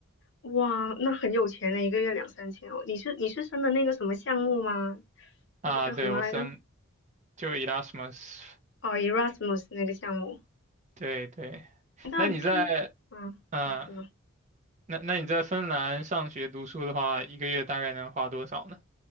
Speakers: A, on the left; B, on the right.
A: 哇，那很有钱呢，一个月两三千哦。你是你是申的那个什么项目吗？
B: 啊，
A: 那个叫什么来着？
B: 对，我升就 Erasmus，
A: 哦，Erasmus 那个项目。
B: 对对。
A: 那就是，
B: 那你在，
A: 嗯嗯，
B: 嗯、
A: 什么
B: 那那你在芬兰上学读书的话，一个月大概能花多少呢？